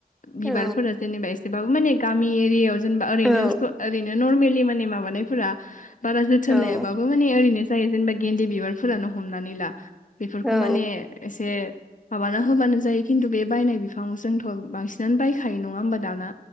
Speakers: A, on the left (about 55°); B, in the centre.
A: बिबारफोरा
B: औ
A: जेनेबा एस एसेबाबो माने गामि एरियायाव जेनेबा ओरैनो
B: औ
A: स ओरैनो नरमेलि माने माबानायफोरा बारा जोथोन
B: औ
A: लायाबाबो माने ओरैनो जायो जेनेबा गेन्दि बिबारफोरानो हमनानै ला। बेफोरखौ
B: औ
A: माने एसे माबाना होबानो जायो खिन्थु बे बायनाय बिफां जोंथ' बांसिनानो बायखायो नङा होमबा दाना।